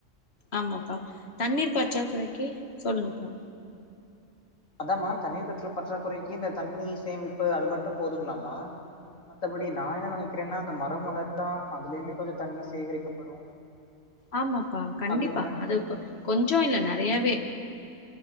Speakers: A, on the left; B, on the left.
A: ஆமாப்பா தண்ணீர் பற்றாக்குறைக்கு சொல்லுங்கப்பா
B: அதாம்மா தண்ணீர் கற்றப்பற்றாக் கொறைக்கி இந்த தண்ணி சேமிப்பு அது மட்டு போதுங்களாமா மத்தபடி நா என்ன நெனைக்கிறேனா மரொ வளத்தா கொஞ்சொ தண்ணி சேகரிக்கப்படு
A: ஆமாப்பா கண்டிப்பா
B: அப்டின்னு
A: அது கொ கொஞ்சம் இல்ல நெறையாவே